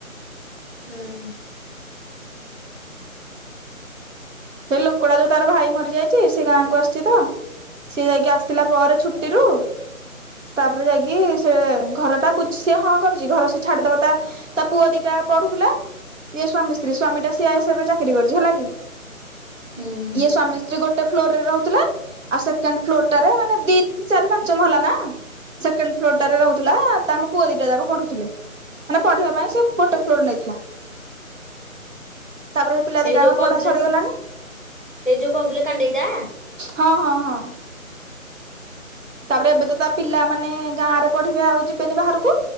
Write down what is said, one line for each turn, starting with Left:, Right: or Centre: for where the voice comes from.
Left: ହୁଁ।
Right: ସେ ଲୋକଟା ଯୋଉ ତାର ଭାଇ ମରିଯାଇଛି ସେ ଗାଁକୁ ଆସିଛି ତ ସିଏ ଯାଇକି ଆସିଥିଲା ପରେ ଛୁଟିରୁୁ ତାପରେ ଯାଇକି ସେ ଘରଟା ବୁଝିଛି ସିଏ ହଁ କରିଛି ଘର ସେ ଛାଡିଦବ ତା ତା ପୁଅ ଦିଟା ପଢୁଥିଲେ ଇଏ ସ୍ଵାମୀ ସ୍ତ୍ରୀ ସ୍ଵାମୀଟା ସିଆସିହିବରେ ଚାକିରି କରିଛି ହେଲା କି?
Left: ହୁଁ
Right: ଇଏ ସ୍ଵାମୀ ଗୋଟେ ଫ୍ଲୋରରେ ରହୁଥିଲେ ଆଉ ସେକେଣ୍ଡ ଫ୍ଲୋର ଟାରେ ମାନେ ଦି ଚାରି ପାଞ୍ଚ ମହଲା ନା ସେକେଣ୍ଡ ଫ୍ଲୋରଟାରେ ରହୁଥିଲା ତାଙ୍କ ପୁଅ ଦିଟା ଯାକ ପଢୁଥିଲେ। ମାନେ ପଢିବା ପାଇଁ ସେ ଗୋଟେ ଫ୍ଲୋର ନେଇଥିଲା। ତାପରେ ସେ ପିଲା
Left: ହେଇ
Right: ଦିଟାଙ୍କର
Left: ଯୋଉ କହୁଥିଲେ
Right: ପଢା ସରିଗଲାଣି
Left: ହେଇ ଯୋଉ କହୁଥିଲେ କାଣ୍ଡେଇଟା
Right: ହଁ, ହଁ, ହଁ ତାପରେ ଏବେ ତ ତା ପିଲାମାନେ ଗାଁରେ ପଢ଼ିବେ ଆଉ ଯିବେନି ବାହାରକୁ